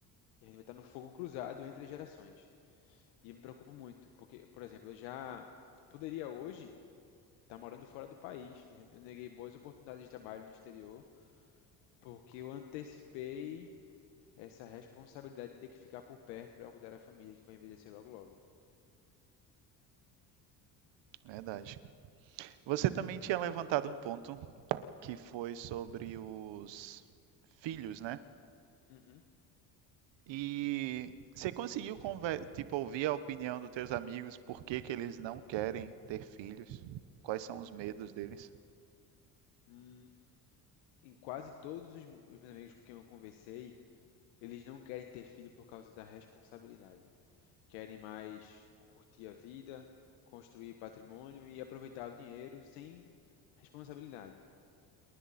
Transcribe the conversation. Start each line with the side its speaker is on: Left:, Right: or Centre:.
Left: E a gente vai estar no fogo cruzado entre as gerações. E eu me preocupo muito, porque, por exemplo, eu já eu poderia hoje estar morando fora do país. Eu neguei boas oportunidades de trabalho no exterior, porque eu antecipei essa responsabilidade de ter que ficar por perto para cuidar da família que vai envelhecer logo logo.
Right: Verdade. Você também tinha levantado um ponto que foi sobre os filhos, né?
Left: Uhum.
Right: E você conseguiu conver- tipo, ouvir a opinião dos teus amigos, por que que eles não querem ter filhos? Quais são os medos deles?
Left: Hum, em quase todos os os meus amigos com quem eu conversei, eles não querem ter filho por causa da responsabilidade. querem mais curtir a vida, construir patrimônio e aproveitar o dinheiro sem responsabilidade.